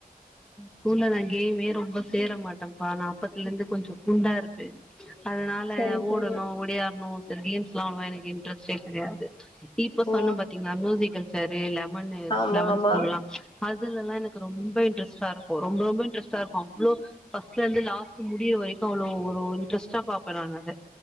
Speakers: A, in the centre; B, on the left.
A: ஸ்கூல்ல நா கேமே ரொம்ப சேர மாட்டேன்ப்பா நா அப்பத்துலருந்து கொஞ்ச குண்டா இருப்பே அதனால
B: சரி சரி
A: ஓடணு ஒடியாரணு திரிடியம்ஸ் லா எனக்கு இன்ட்ரெஸ்டே கெடையாது இப்ப சொன்ன
B: ஓ
A: பாத்தீங்களா மியூசிகல் சேர்ரு லெமன்னு
B: ஆமா
A: லெமன்
B: ஆமா
A: ஸ்பூன்லா அதுலல்லா எனக்கு ரொம்ப ரொம்ப ரொம்ப இன்டரஸ்ட்டா இருக்கு அவ்வளோ பர்ஸ்ட்லந்து லாஸ்ட் முடியற வரைக்கு அவ்வளோ ஒரு இன்டரஸ்டா பாபே நா அத